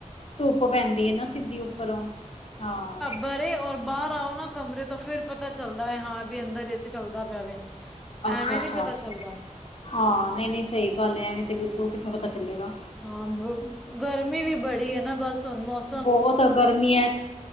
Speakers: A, on the left; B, in the centre.
A: ਧੁੱਪ ਪੈਂਦੀ ਏ ਨਾ ਸਿੱਧੀ ਉੱਪਰੋਂ, ਹਾਂ।
B: ਪਰੇ ਔਰ ਬਾਹਰ ਆਓ ਨਾ ਕਮਰੇ ਤੋਂ ਫਿਰ ਪਤਾ ਚੱਲਦਾ ਹੈ ਹਾਂ ਵੀ ਅੰਦਰ ਏ ਸੀ ਚੱਲਦਾ ਪਿਆ ਵੇ।
A: ਅੱਛਾ-ਅੱਛਾ,
B: ਐਵੇਂ ਨੀ ਪਤਾ ਚੱਲਦਾ
A: ਹਾਂ ਨਹੀਂ-ਨਹੀਂ, ਸਹੀ ਗੱਲ ਏ, ਐਵੇਂ ਤੇ ਬਿਲਕੁਲ ਪਤਾ ਚੱਲੇਗਾ
B: ਹਾਂ, ਗਰਮੀ ਵੀ ਬੜੀ ਏ ਨਾ ਬਸ ਹੁਣ ਮੌਸਮ
A: ਬਹੁਤ ਗਰਮੀ ਏ,